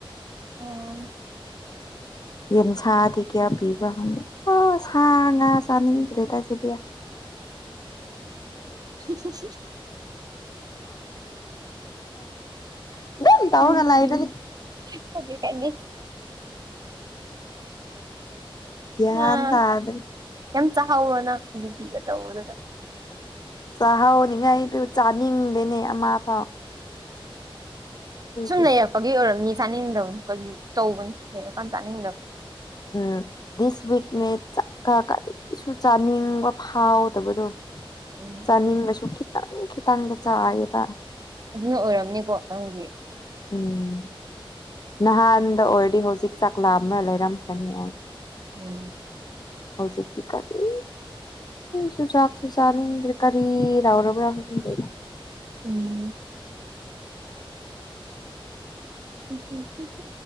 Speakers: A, on the right; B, on the left.
A: ꯎꯝ
B: ꯌꯦꯟ ꯁꯥꯥꯗꯤ ꯀꯌꯥ ꯄꯤꯕꯅꯤ ꯑꯣ ꯁ ꯉ ꯆꯅꯤꯡꯗ꯭ꯔꯦ ꯇꯥꯏꯁꯦꯗꯤ
A: ꯁ ꯁꯨꯔ
B: ꯑꯗꯨꯝ ꯇꯧꯔꯒ
A: ꯎꯝ
B: ꯂꯩꯕꯅꯤ
A: ꯎ ꯑꯗꯨ ꯀꯗꯤ
B: ꯒ꯭ꯌꯥꯟ
A: ꯎꯝ
B: ꯇꯥꯗ꯭ꯔꯦ
A: ꯌꯥꯝ ꯆꯥꯍꯥꯎꯔꯣꯅꯪ ꯕꯤꯄꯤꯒ ꯇꯧꯕꯔꯗꯨꯗ
B: ꯆꯥꯛꯍꯥꯎꯅꯤꯉꯥꯏꯗꯨ ꯆꯥꯅꯤꯡꯗꯦꯅꯦ ꯑꯃ ꯐꯥꯎ ꯑꯗꯨꯒꯤ
A: ꯁꯅ ꯐꯥꯒꯤꯦ ꯑꯣꯏꯔꯝꯅꯤ ꯆꯥꯅꯤꯡꯗꯕꯅ ꯀꯔꯤ ꯇꯧꯕꯅꯤ ꯂꯩꯔꯀꯥꯟꯗ ꯆꯥꯅꯤꯡꯗꯕ
B: ꯎꯝ ꯗꯤꯁ ꯋꯤꯛꯅꯦ ꯀꯔꯤꯁꯨ ꯆꯥꯅꯤꯡꯕ ꯐꯥꯎꯗꯕꯗꯣ
A: ꯎꯝ
B: ꯆꯥꯅꯤꯡꯕꯁꯨ ꯈꯤꯇꯪ ꯈꯤꯇꯪꯗ ꯆꯥꯏꯌꯦꯕ
A: ꯑꯗꯨꯅ ꯑꯣꯏꯔꯝꯅꯤꯀꯣ ꯅꯪꯒꯤ
B: ꯎꯝ ꯅꯍꯥꯟꯗ ꯑꯣꯏꯔꯗꯤ ꯍꯧꯖꯤꯛ ꯆꯥꯛꯂꯥ ꯑꯃꯅ ꯂꯩꯔꯝ ꯐꯅꯤ ꯑꯩ
A: ꯎꯝ
B: ꯍꯧꯖꯤꯛꯇꯤ ꯀꯔꯤ ꯁꯨꯨ ꯆꯥꯛꯁꯨ ꯆꯥꯅꯤꯡꯗ꯭ꯔꯦ ꯀꯔꯤ ꯂꯧꯧꯔꯕ꯭ꯔꯥ ꯈꯪꯗꯦꯗꯣ
A: ꯎꯝ ꯎ ꯎ